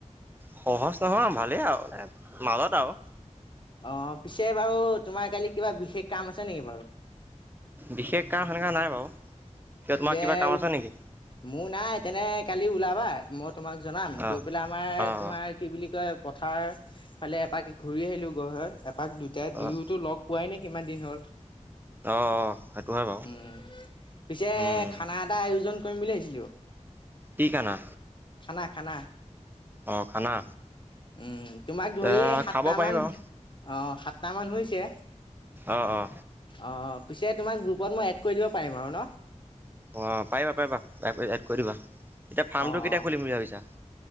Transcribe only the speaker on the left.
অ পিছে বাৰু তোমাৰ কালি কিবা বিশেষ কাম আছে নেকি বাৰু
তেতিয়া
উ
মোৰ নাই তেনেক কালি ওলাবা মই তোমাক জনাম গৈ
পেলাই আমাৰ
তোমাৰ কি বুলি কয় পথাৰ ফালে এপাক ঘূৰি আহিলো গৈ হয় এপাক দুটাই দুয়োটো
লগ পোৱাই নাই কিমান দিন হ'ল
উম, পিছে
খানা এটা আয়োজন কৰিম বুলি ভাবিছিলো
খানা খানা
উম তোমাক ধৰি
সাতটামান
অ সাতটামান হৈছে
অ অ পিছে তোমাক গ্ৰুপত মই এড কৰি দিব পাৰিম আৰু ন
অ
অ